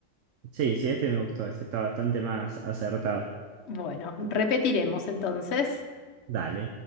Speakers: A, on the right; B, on the left.
A: Sí, sí, este me gustó, este está bastante más acertado.
B: Bueno, repetiremos entonces.
A: Dale.